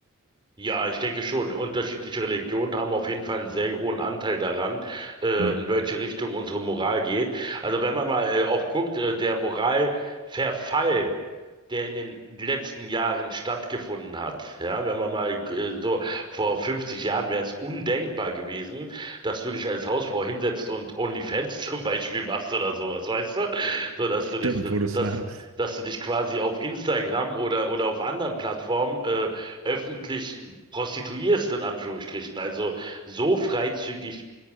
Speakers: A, on the right; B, on the right.
A: Ja, ich denke schon. Unterschiedliche Religionen haben auf jeden Fall einen sehr hohen Anteil daran, äh,
B: Ja,
A: in welche Richtung unsere Moral geht. Also wenn man mal äh, auch guckt, äh, der Moralverfall der in den letzten Jahren stattgefunden hat. Ja, wenn man mal äh, so vor 50 Jahren wäre es undenkbar gewesen, dass du dich als Hausfrau hinsetzt und OnlyFans <laughs> zum Beispiel machst oder sowas, weißt du? So, dass
B: stimmt,
A: du dich,
B: wo du es
A: dass,
B: sagst.
A: dass du dich quasi auf Instagram oder, oder auf anderen Plattformen äh, öffentlich prostituierst, in Anführungsstrichen. Also so freizügig